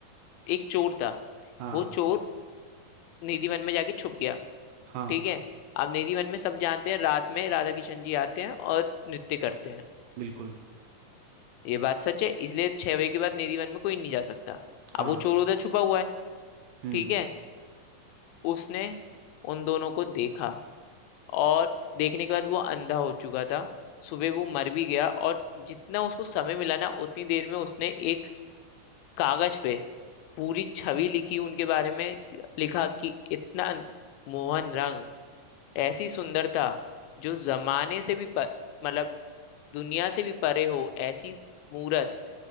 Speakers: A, on the left (about 85°); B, on the right (about 75°).
A: एक चोर था
B: हाँ
A: वो चोर निधिवन में जाके छुप गया
B: हाँ
A: ठीक है अब निधिवन में सब जानते हैं रात में राधा किशन जी आते हैं और नृत्य करते हैं
B: बिल्कुल
A: ये बात सच है इसलिए छह बजे के बाद निधिवन में कोई नहीं जा सकता
B: हाँ
A: अब वो चोर उधर छुपा हुआ है
B: हम्म
A: ठीक है उसने उन दोनों को देखा और देखने के बाद वो अंधा हो चुका था सुबह वो मर भी गया और जितना उसको समय मिला ना उतनी देर में उसने एक कागज पे पूरी छवि लिखी उनके बारे में लिखा कि इतना मोहन रंग ऐसी सुंदरता जो जमाने से भी प- मतलब दुनिया से भी परे हो ऐसी मूरत